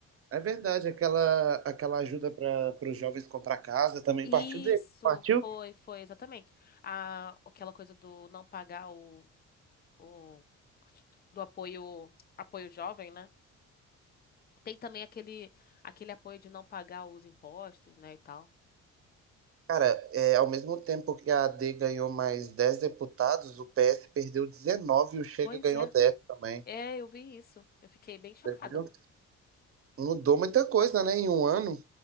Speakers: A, on the right; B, on the left.
A: É verdade, aquela, aquela ajuda para os jovens comprar casa também
B: Isso,
A: partiu dele. Partiu?
B: foi, foi, exatamente. A, aquela coisa do não pagar o, o do apoio, apoio jovem, né? Tem também aquele, aquele apoio de não pagar os impostos, né, e tal.
A: Cara, é, ao mesmo tempo que a AD ganhou mais 10 deputados, o PS perdeu 19 e o Chega
B: Pois
A: ganhou
B: é.
A: 10 também.
B: É, eu vi isso. Eu fiquei bem chocada.
A: Você viu? Mudou muita coisa, né? Em um ano.